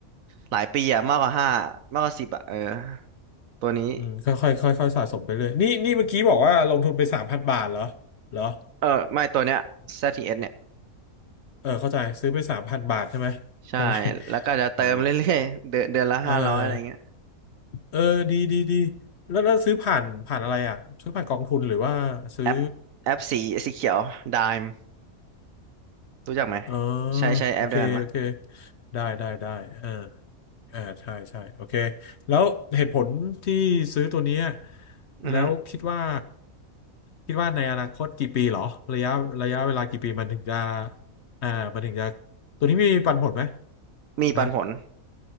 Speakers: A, on the right; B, on the left.
A: หลายปีอะมากกว่าห้ามากกว่าสิบอะเออตัวนี้
B: อืมค่อยๆค่อยๆสะสมไปเลยนี่นี่เมื่อกี้บอกว่าลงทุนไปสามพันบาทเหรอเหรอ
A: เออไม่ตัวเนี้ย ZTS เอสเนี่ย
B: เออเข้าใจซื้อไปสามพันบาทใช่ไหมใช่ไหม
A: ใช่แล้วก็จะเติมเรื่อยๆเดือนเดือนละห้าร้อยอะไรเงี้ย
B: อ๋อเออเออดีดีดีแล้วแล้วซื้อผ่านผ่านอะไรอ่ะซื้อผ่านกองทุนหรือว่าซื้อ
A: แอปแอปสีสีเขียว Dime รู้จักไหม
B: เออ
A: ใช้ใช้แอปเดียวกันปะ
B: โอเคโอเคได้ได้ได้เออเอาใช่ใช่โอเคแล้วเหตุผลที่ซื้อตัวเนี้ย
A: อือฮึ
B: แล้วคิดว่าคิดว่าในอนาคตกี่ปีเหรอระยะระยะเวลากี่ปีมันถึงจะอ่ามันถึงจะตัวนี้มีปันผลไหม
A: มีปันผล
B: ฮะ